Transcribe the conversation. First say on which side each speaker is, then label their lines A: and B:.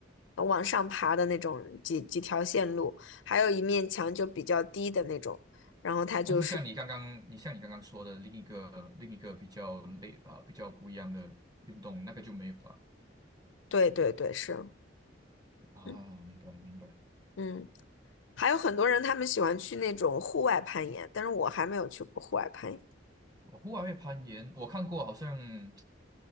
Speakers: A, on the left; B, on the right.
A: 呃往上爬的那种几几条线路，还有一面墙就比较低的那种，然后他就是，
B: 但是像你刚刚，你像你刚刚说的另一个另一个比较类啊、比较不一样的运动，那个就没有吧？
A: 对对对，是，
B: 啊，
A: 嗯
B: 明白明白。
A: 嗯。还有很多人他们喜欢去那种户外攀岩，但是我还没有去过户外攀岩。
B: 哦户外会攀岩，我看过，好像